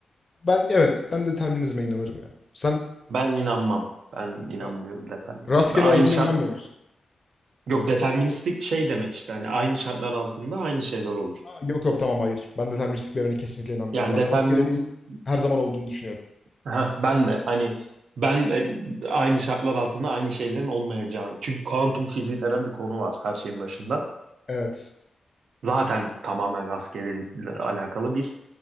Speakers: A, on the left; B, on the right.
A: Ben evet, ben determinizme inanırım ya. Sen
B: Ben inanmam. Ben inanmıyorum
A: ra-
B: deterministik.
A: rastgele
B: Ben aynı
A: olduğuna
B: şart...
A: inanmıyor musun?
B: Yok deterministik şey demek işte. Hani aynı şartlar altında aynı şeyler olur.
A: Ha, yok yok tamam hayır. Ben deterministliklerine kesinlikle inanmıyorum.
B: Yani
A: Ben
B: determinist...
A: rastgeleliğin her zaman olduğunu düşünüyorum.
B: Ha, ben de hani ben e, aynı şartlar altında aynı şeylerin olmayacağını. Çünkü kuantum fiziği denen bir konu var her şeyin başında.
A: Evet.
B: Zaten tamamen rastgelelikle alakalı bir